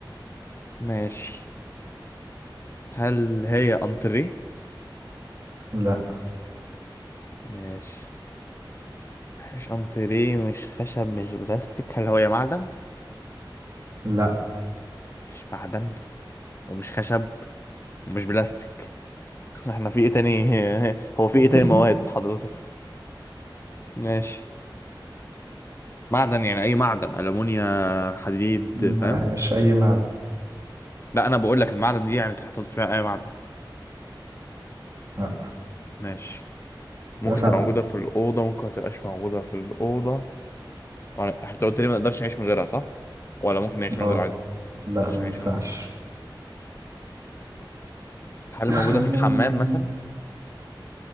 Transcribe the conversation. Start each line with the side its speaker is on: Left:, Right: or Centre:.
Left: ماشي هل هي أنتريه
Right: لا
Left: ماشي مش انتريه مش خشب مش بلاستيك هل هو يا معدن
Right: لا
Left: مش معدن ومش خشب ومش بلاستيك <laughs> احنا في ايه تاني <laughs> هو في
Right: <laughs>
Left: ايه تاني مواد حضرتك ماشي معدن يعني اي معدن الومنيا حديد
Right: لا
Left: فاهم
Right: مش أي معدن
Left: لا انا بقول لك المعدن دي يعني تحط فيها اي معدن
Right: لا
Left: ماشي ممكن
Right: كده سبعة
Left: تبقى موجوده في الاوضه ممكن ما تبقاش موجوده في الاوضه ولا انت قلت لي ما نقدرش نعيش من غيرها صح ولا ممكن نعيش من
Right: اه
Left: غيرها عادي ما
Right: لا
Left: نقدرش
Right: ما
Left: نعيش
Right: ينفعش
Left: من غيرها هل
Right: <laughs>
Left: موجوده
Right: مم،
Left: في الحمام مثلا